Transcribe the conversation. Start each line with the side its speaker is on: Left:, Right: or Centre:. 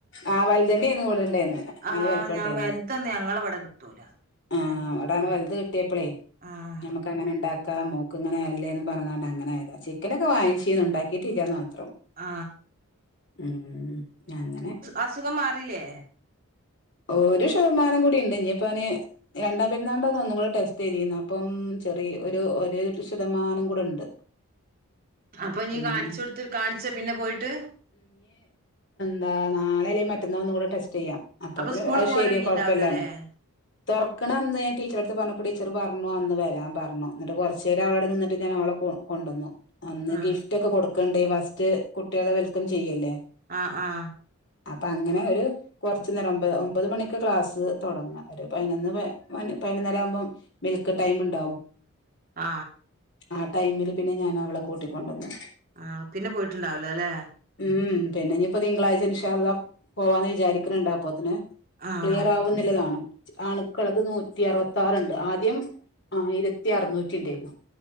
Left: ആ വൽതെന്നേയ്ന്നു ഇവടെണ്ടേയിന്ന്
Right: ആഹ്
Left: നല്ല വെലുപ്പണ്ടേന്നു
Right: ഞാൻ വലുതൊന്നും ഞങ്ങളവിടെ കിട്ടൂല
Left: ആ
Right: ഞങ്ങൾ
Left: അവിടാണ് വലുത് കിട്ട്യപ്പളെ
Right: ആഹ്
Left: ഞമ്മക്ക് അങ്ങനെണ്ടാക്ക ക്ക മോക്ക് ഇങ്ങനെ അല്ലേനും പറഞൊണ്ട് അങ്ങനെ ചിക്കനൊക്കെ വങ്ങിച് ഉണ്ടാക്കിട്ടില്ലന്ന് മാത്രം
Right: ആ
Left: ഉം ഞാൻ അങ്ങനെ-
Right: അസുഖം മാറിയില്ലേ
Left: ഒരു ശതമാനം കൂടി ഉണ്ട് ഇനിപ്പോ അവന്- രണ്ടാം പെരുന്നാളിന്റ ഒന്നും കൂടെ ടെസ്റ്റ് ചെയ്തിരുന്നു അപ്പം ചെറിയ ഒരു ഒരു ശതമാനം കൂടെ ഉണ്ട്
Right: അപ്പൊ നീ
Left: ഉം
Right: കാണിച്ച കൊടുത്തി കാണിച്ച പിന്നെ പോയിട്ട്
Left: ആ നാളെയല്ലേ മറ്റെന്നാൾ ഒന്നുകൂടെ ടെസ്റ്റ് ചെയ്യാം അപ്പ
Right: അപ്പൊ
Left: ഇത്തിന്
Right: സ്കൂള്
Left: അത്
Right: പോവലൊടങ്ങിണ്ടാവിലല്ലേ
Left: ശരിയ കുഴപ്പമില്ലന്ന് തുറക്കണം എന്ന് ഞാൻ ടീച്ചർ അടുത്ത് പറഞ്ഞു പ്പ ടീച്ചറ് പറഞ്ഞു അന്ന് വരാൻ പറഞ്ഞു എന്നിട്ട് കുറച്ച് നേരം അവടെ നിന്നിട്ട് ഞാനവളെ കൊ കൊണ്ടുന്നു അന്ന്
Right: ആഹ്
Left: ഗിഫ്റ്റൊക്കെ കൊടു ക്കണ്ടെ ഫസ്റ്റ് കുട്ടികളെ വെൽക്കം ചെയ്യല്ലേ
Right: ആ ആ
Left: അപ്പൊ അങ്ങനെ ഒരു ച്ച് നേരം മ്പ് അ ഒമ്പത് മണിക്ക് ക്ലാസ്സ് തുടങ്ങ ഒരു പതിനൊന്ന് പതിനൊന്നര ആവുമ്പോം മിൽക്ക് ടൈം ഉണ്ടാവും
Right: ആ
Left: ആ ടൈമില് പിന്നെ ഞാൻ അവളെ കൂട്ടിക്കൊണ്ടുവന്ന്
Right: ആ പിന്നെ പോയിട്ടുണ്ടാവൂലല്ലെ
Left: ഉം പിന്നെ ഇനിയിപ്പോ തിങ്കളാഴ്ച ഇൻശാ അല്ലാഹ് പോവാ എന്ന് വിചാരി ക്കണ്ണണ്ട് അപ്പോത്തിന്
Right: ആഹ്
Left: ക്ലിയർ ആവുന്നില്ലതാണോ അണുക്കളത് നൂറ്റി അറുപത്താറുണ്ട് ആദ്യം ആയിരത്തി അറുനൂറ്റിണ്ടായിരുന്നു